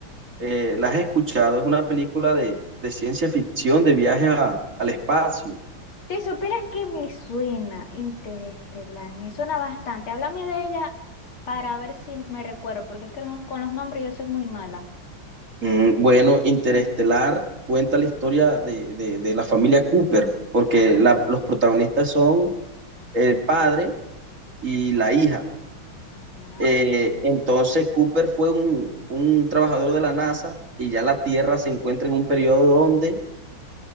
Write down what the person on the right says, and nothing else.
Eh, ¿la has escuchado? Es una película de, de ciencia ficción, de viaje a- al espacio.
Mm, bueno, Interestelar cuenta la historia de, de- de la familia Cooper, porque la- los protagonistas son el padre y la hija.
Eh, entonces Cooper fue un, un trabajador de la NASA y ya la Tierra se encuentra en un periodo donde,